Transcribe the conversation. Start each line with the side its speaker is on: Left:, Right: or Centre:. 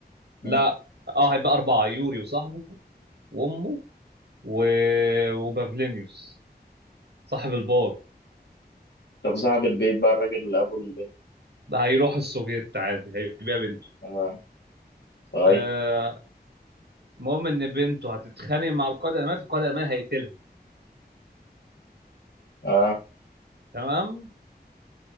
Left: مم.
Right: لا اه هيبقى اربعه يوري وصاحبه وامه و... وبافلينيوس صاحب البار
Left: طب صاحب البيت بقى الراجل اللي أبو البنت
Right: ده هيروح السوفييت عادي هيبيع بنته
Left: آه طيب
Right: آه، المهم ان بنته هتتخانق مع القائد الالماني فالقائد الالماني هيقتلها
Left: آه
Right: تمام